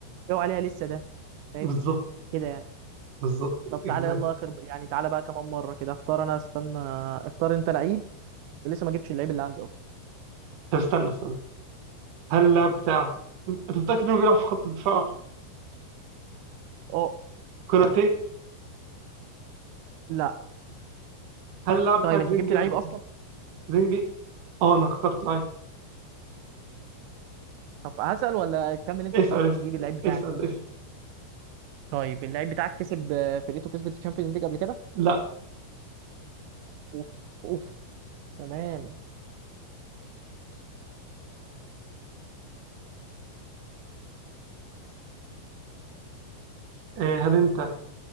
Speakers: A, on the right; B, on the right.
A: فيها وعليها لسه ده فاهم
B: بالظبط
A: كده يعني
B: بالظبط
A: طب
B: إكزاكت
A: تعالى يلا اخر يعني تعالى بقى كمان مره كده اختار انا استنى اختار انت لعيب لسه ما جبتش اللعيب اللي عندي اصلا
B: طب استنى استنى هل اللاعب بتاعك أنت أنت متأكد إنه بيلعب في خط الدفاع
A: اه
B: كوناتي
A: لا
B: هل اللاعب بتاعك
A: طيب انت
B: زنجي
A: جبت لعيب
B: ولا بيض؟
A: اصلا
B: زنجي آه أنا اخترت لعيب
A: طب هسأل ولا تكمل انت
B: اسأل
A: وخلاص
B: اسأل
A: وتجيب اللعيب بتاعك
B: اسأل اسأل
A: طيب اللعيب بتاعك كسب آه، فرقته كسبت الشامبيونز ليج قبل كده
B: لا
A: اوف اوف تمام
B: إيه هل أنت